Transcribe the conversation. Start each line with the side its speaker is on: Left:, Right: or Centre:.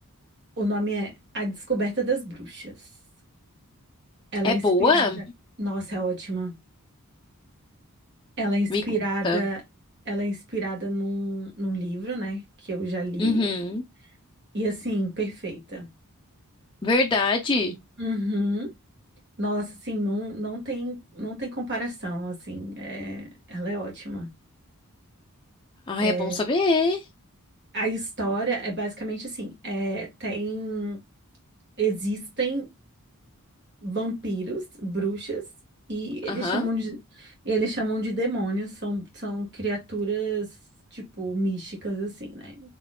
Right: O nome é A Descoberta das Bruxas. Ela
Left: É
Right: é inspirada.
Left: boa?
Right: Nossa, é ótima. Ela é inspirada,
Left: Me conta.
Right: ela é inspirada num, num livro, né, que eu já li.
Left: Uhum.
Right: E assim, perfeita.
Left: Verdade.
Right: Uhum. Nossa, assim, não, não tem, não tem comparação, assim, é, ela é ótima.
Left: Ai,
Right: É,
Left: é bom saber.
Right: a história é basicamente assim, é, tem, existem vampiros, bruxas, e eles
Left: Aham,
Right: chamam de, eles chamam de demônios, são, são criaturas, tipo, místicas, assim, né?